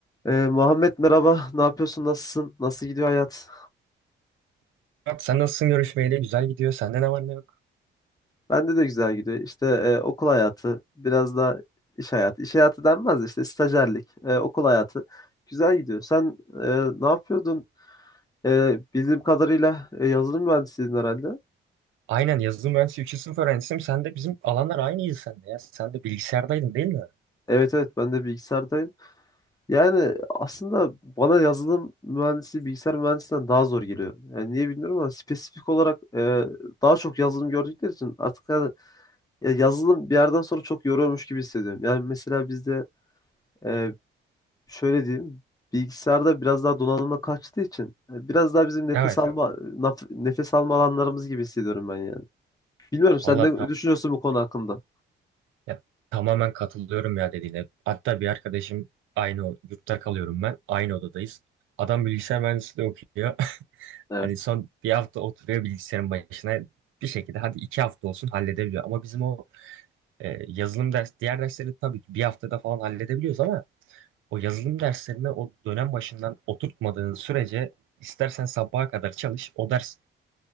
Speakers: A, on the left; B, on the right.
A: Ee, Muhammed merhaba, ne yapıyorsun, nasılsın, nasıl gidiyor hayat?
B: Murat, sen nasılsın görüşmeyle? Güzel gidiyor. Sende ne var ne yok?
A: Bende de güzel gidiyor. İşte e, okul hayatı, biraz da iş hayatı. İş hayatı denmez de işte stajyerlik, e, okul hayatı güzel gidiyor. Sen e, ne yapıyordun? E, bildiğim kadarıyla e, yazılım mühendisiydin herhalde.
B: Aynen yazılım mühendisi üçüncü sınıf öğrencisiyim. Sen de bizim alanlar aynıydı sende ya. Sen de bilgisayardaydın değil mi?
A: Evet evet ben de bilgisayardayım. Yani aslında bana yazılım mühendisi bilgisayar mühendisinden daha zor geliyor. Yani niye bilmiyorum ama spesifik olarak e, daha çok yazılım gördükleri için artık yani Ya yazılım bir yerden sonra çok yoruyormuş gibi hissediyorum. Yani mesela bizde e, şöyle diyeyim bilgisayarda biraz daha donanıma kaçtığı için e, biraz daha bizim nefes
B: Evet.
A: Evet. alma naf- nefes alma alanlarımız gibi hissediyorum ben yani. Bilmiyorum sen
B: Valla
A: ne
B: tam,
A: düşünüyorsun bu konu hakkında?
B: ya, tamamen katılıyorum ya dediğine. Hatta bir arkadaşım aynı o- yurtta kalıyorum ben. Aynı odadayız. Adam bilgisayar mühendisliği okuyor. <laughs>
A: Evet,
B: Hani son bir hafta oturuyor bilgisayarın başına. Bir şekilde hadi iki hafta olsun halledebiliyor. Ama bizim o e, yazılım ders, diğer dersleri tabii ki bir haftada falan halledebiliyoruz ama O yazılım derslerine o dönem başından oturtmadığın sürece istersen sabaha kadar çalış. O ders